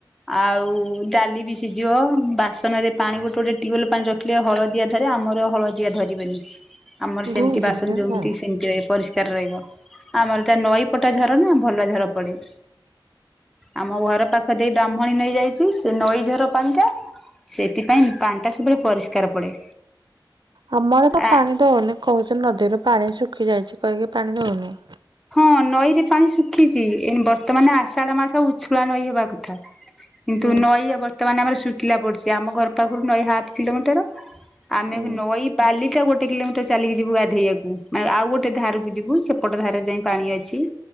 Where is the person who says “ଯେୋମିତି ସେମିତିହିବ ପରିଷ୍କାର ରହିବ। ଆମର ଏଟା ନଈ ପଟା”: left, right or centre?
Centre